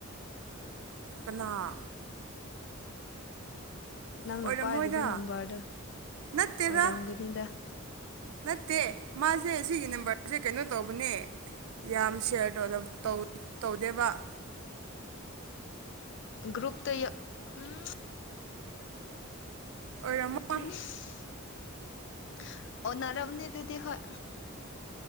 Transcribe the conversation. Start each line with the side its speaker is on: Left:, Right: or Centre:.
Right: ꯀꯅꯥ
Left: ꯅꯪꯅ
Right: ꯑꯣꯏꯔꯝꯃꯣꯏꯗ
Left: ꯄꯥꯏꯔꯤꯕ ꯅꯝꯕꯔꯗꯨ
Right: ꯅꯠꯇꯦꯗ
Left: ꯑꯣꯏꯔꯝꯒꯅꯤꯗ꯫
Right: ꯅꯠꯇꯦ ꯃꯥꯁꯦ ꯁꯤꯒꯤ ꯅꯝꯕꯔꯁꯦ ꯀꯩꯅꯣ ꯇꯧꯕꯅꯦ꯫ ꯌꯥꯝ ꯁꯤꯌꯔ ꯇꯣꯗ ꯇꯧꯗꯦꯕ꯫
Left: ꯒ꯭ꯔꯨꯨꯞꯇ ꯌꯥꯎ ꯎꯝ꯫
Right: ꯑꯣꯏꯔꯝꯃꯣꯏ
Left: <inaudible> ꯑꯣꯅꯔꯝꯅꯤ ꯑꯗꯨꯗꯤ ꯍꯣꯢ